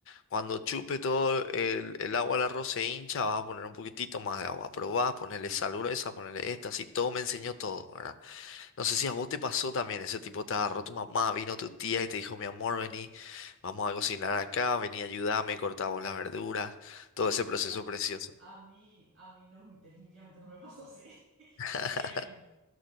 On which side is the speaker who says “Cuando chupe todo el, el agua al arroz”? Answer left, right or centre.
Left